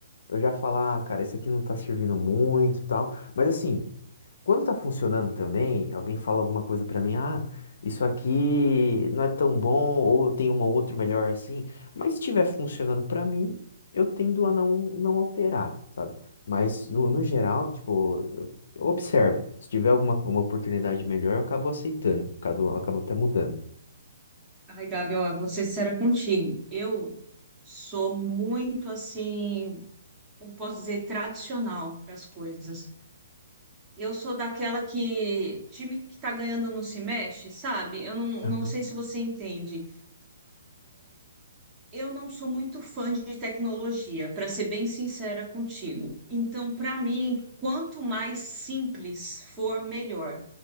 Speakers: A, on the left; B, on the right.
A: eu já falo, ah, cara, isso aqui não tá servindo muito e tal. Mas assim, quando tá funcionando também, alguém fala alguma coisa pra mim, ah, isso aqui não é tão bom, ou tem uma ou outra melhor assim, mas se estiver funcionando pra mim, eu tendo a não, não alterar, sabe? Mas no, no geral, tipo, eu, eu observo. Se tiver alguma uma oportunidade melhor, eu acabo aceitando, acabo, acabo até mudando.
B: Ai, Gabi, ó, vou ser sincera contigo. Eu sou muito assim, como posso dizer, tradicional para as coisas. Eu sou daquela que time que tá ganhando não se mexe, sabe? Eu não,
A: Aham.
B: não sei se você entende. Eu não sou muito fã de tecnologia, para ser bem sincera contigo. Então, para mim, quanto mais simples for, melhor.